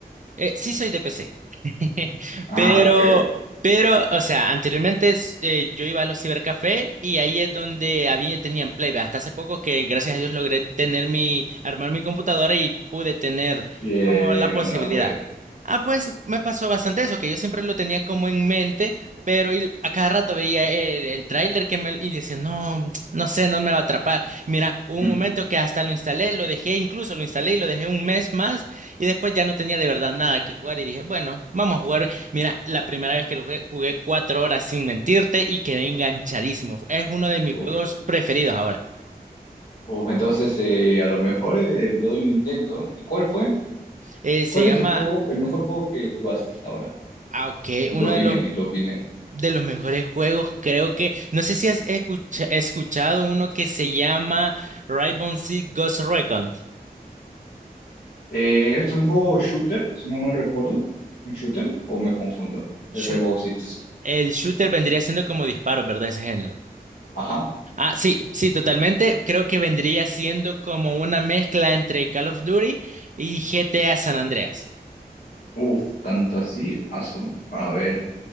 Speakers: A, on the right; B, on the left.
A: eh, sí soy de PC, <laughs>
B: Ah,
A: pero,
B: ok.
A: pero, o sea, anteriormente es, eh, yo iba a los cibercafé y ahí es donde había, tenían play. Hasta hace poco que gracias a Dios logré tener mi, armar mi computadora y pude tener
B: Bien,
A: como la posibilidad.
B: enhorabuena.
A: Ah, pues me pasó bastante eso, que yo siempre lo tenía como en mente, pero y a cada rato veía el, el tráiler que me y decía, no, no sé, no me va a atrapar. Mira, hubo un
B: Mm,
A: momento que hasta lo instalé, lo dejé, incluso lo instalé y lo dejé un mes más y después ya no tenía de verdad nada que jugar y dije, bueno, vamos a jugar. Mira, la primera vez que lo jugué, jugué cuatro horas sin mentirte y quedé enganchadísimo. Es uno de mis
B: Uf.
A: juegos preferidos ahora.
B: Uf, entonces eh, a lo mejor eh, le doy un intento. ¿Y cuál fue?
A: Eh, se
B: ¿Cuál
A: llama,
B: es el juego, el mejor juego que jugaste hasta ahora?
A: ah, ok,
B: En
A: uno
B: tu opinión,
A: de los,
B: en tu opinión.
A: de los mejores juegos, creo que, no sé si has escucha- escuchado uno que se llama Rainbow Six Ghost Recon.
B: Eh, ¿es un juego shooter, si no mal recuerdo? ¿Un shooter? ¿O me confundo?
A: Shoot-
B: El Rainbow Six.
A: el shooter vendría siendo como disparos, ¿verdad? Ese género.
B: Ajá.
A: Ah, sí, sí, totalmente. Creo que vendría siendo como una mezcla entre Call of Duty y GTA San Andreas.
B: Uf, tanto así. A su, A ver.